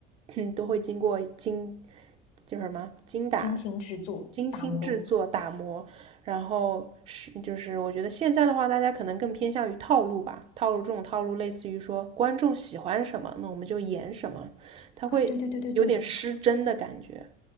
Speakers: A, on the right (about 40°); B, on the left (about 80°).
A: <laughs> <clears throat> 都会经过精，叫什么精打、
B: 精心制作、
A: 精心制作、
B: 打磨。
A: 打磨，然后是就是我觉得现在的话，大家可能更偏向于套路吧，套路这种套路类似于说观众喜欢什么，那我们就演什么，他会有点失真的感觉。
B: 啊，对对对对对，